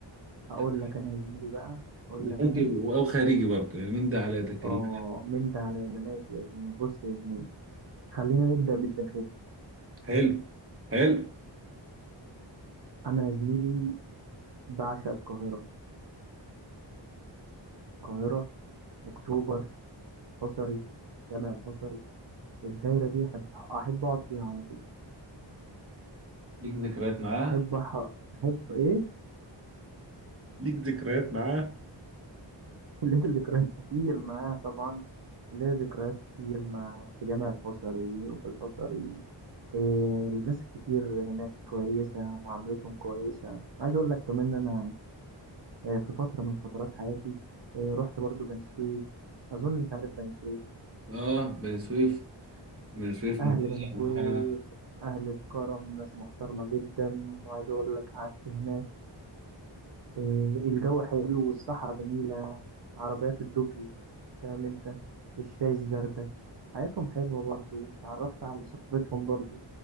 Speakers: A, on the right; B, on the right.
A: هقول
B: يعني
A: لك انا يا زميلي بقى اقول
B: وممكن
A: لك انا
B: أو خارجي برضه يعني من ده على ده كلام
A: اه من ده على ده ماشي يا زميلي بص يا زميلي خلينا نبدا بالداخلي
B: حلو حلو
A: انا يا زميلي بعشق القاهره القاهره اكتوبر حصري جامع الحصري الدايره دي احب احب اقعد فيها على طول
B: ليك ذكريات معاه
A: احب أح- احب ايه
B: ليك ذكريات معاه
A: <laughs> ليا ذكريات كتير معاها طبعا ليا ذكريات كتير مع في جامع الحصري وفي الحصري إيه الناس الكتير هناك كويسة معاملتهم كويسة عايز أقول لك كمان إن أنا آه، في فترة من فترات حياتي إيه رحت برضو بني سويف أظن أنت عارف بني سويف
B: اه بني سويف بن سويف
A: أهل
B: مميزة.
A: بني سويف
B: ما هو
A: أهل الكرم ناس محترمة جدا وعايز أقول لك قعدت هناك آه، الجو حلو والصحراء جميلة عربيات الدبل فاهم انت الشاي الزردة حياتهم حلوة برضو اتعرفت على ثقافتهم برضو